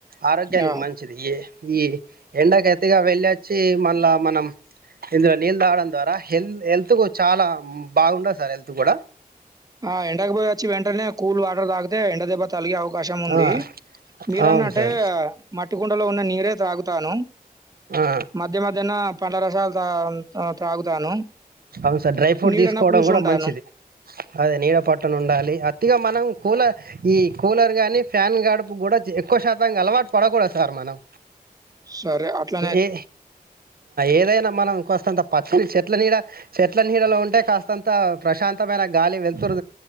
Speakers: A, on the right; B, on the right.
A: ఆరోగ్యానికి
B: ఆ,
A: మంచిది ఈ ఈ ఎండకి ఎత్తిగా వెళ్ళొచ్చి మళ్ళ మనం ఇందులో నీళ్ళు తాగడం ద్వారా హెల్త్ కు చాలా బాగుండదు సార్ హెల్త్ కూడా
B: ఆ ఎండకి పోయి వచ్చి వెంటనే క కూల్ వాటర్ దగికతే ఎండ దే తలిగే అవకాశం ఉంది
A: ఆ
B: మీరన్నట్టే
A: అవును సార్
B: మట్టి కుండలో ఉన్న నీరే తాగుతాను.
A: ఆ
B: మధ్య మధ్యన పండ్ల రసాలు త త్రాగుతాను.
A: అవును సార్ డ్రై ఫ్రూట్
B: నీడన
A: తీసుకోవడం
B: కూర్చుంటాను
A: కూడా మంచిది. అదే నీడ పట్టను ఉండాలి అతిగా మనం ఈ కూలర్ గాని ఫ్యాన్ గడుపు కూడా ఎక్కువ శాతాంగా అలవాటు పడకూడదు సార్ మనం
B: సరే అట్లనే
A: ఏ ఏదైనా మనం కాస్తంత పచ్చని చెట్ల నీడ చెట్ల నీళ్ళలో ఉంటే కాస్తంత ప్రశాంతమైన గాలి వెలుతురు